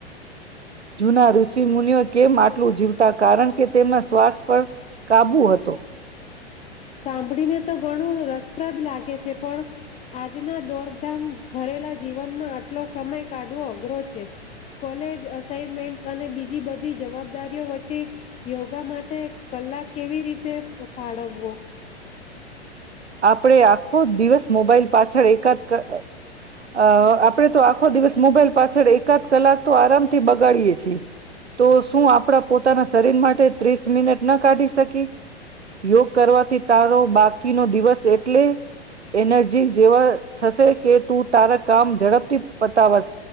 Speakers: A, on the right; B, on the left.
A: <unintelligible> જુના ઋષિ મુનિઓ કેમ આટલું જીવતા કારણ કે તેમના શ્વાસ પર કાબુ હતો.
B: સાંભળીને તો ઘણું રસપ્રદ લાગે છે. પણ આજના દોડધામ ભરેલા જીવનમાં આટલો સમય કાઢવો અઘરો છે. કોલેજ અસાઇનમેન્ટ અને બીજી બધી જવાબદારીઓ વચ્ચે યોગા માટે કલાક કેવી રીતે ફાળવવો.
A: આપણે આખો દિવસ મોબાઈલ પાછળ એકાદ અ આપડે તો આખો દિવસ મોબાઈલ પાછ છળ એકાદ કલાક તો આરામથી બગાડીએે છીએ. તો શું આપણા પોતાના શરીર માટે ત્રીસ મિનટ ના કાઢી શકી. યોગ કરવાથી તારો બાકી નો દિવસ એટલે એનર્જી જેવા થશે કે તું તારા કામ ઝડપથી પતાવાશ